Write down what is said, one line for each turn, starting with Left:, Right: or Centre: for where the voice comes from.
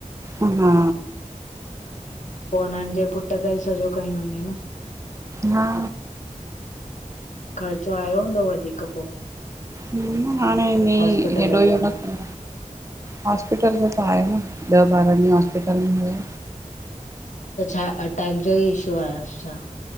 Right: हा।
Left: पो हुनननि जे पुट खे सॼो कय हूंदे न?
Right: हा।
Left: ख़र्चो आयो हूंदो वधीक पोइ?
Right: ह हाणे भी
Left: हॉस्पिटल
Right: हेॾो
Left: जो
Right: इहो
Left: ऐं
Right: न। हॉस्पिटल में त आहे न ॾह ॿारहं ॾींहं हॉस्पिटल में हुया।
Left: त छा अटैक जो ई इशू आ छा।